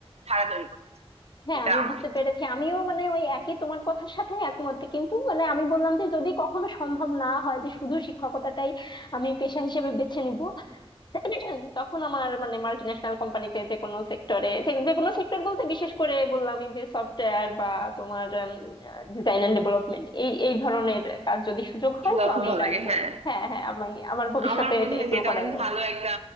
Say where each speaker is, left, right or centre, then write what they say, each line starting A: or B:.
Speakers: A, on the right; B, on the left.
A: ধারা তৈরি করতে চাই।
B: হ্যাঁ
A: এটা
B: আমি
A: আমার
B: বুঝতে পেরেছি আমিও মানে ওই একই তোমার কথার সাথে একমত কিন্তু মানে আমি বললাম যে যদি কখনো সম্ভব না হয় যে শুধু শিক্ষকতাটাই আমি পেশা হিসেবে বেছে নিব <coughs> তখন আমার মানে মাল্টি ন্যাশনাল কোম্পানিতে যে কোনো সেক্টরে যে কোনো সেক্টর বলতে বিশেষ করে বললাম এই যে সফটওয়্যার বা তোমার ডিজাইন এন্ড ডেভেলপমেন্ট এই এই ধরনের কাজ যদি সুযোগ হয়
A: এগুলো
B: তো
A: খুব
B: আমি
A: ভালো
B: এটা
A: লাগে
B: কর-
A: হ্যাঁ
B: হ্যাঁ হ্যাঁ আমি আমার ভবিষ্যতে
A: আমার মনে
B: এটা
A: হয়
B: এগুলো
A: যে এটা
B: করার
A: অনেক ভালো একটা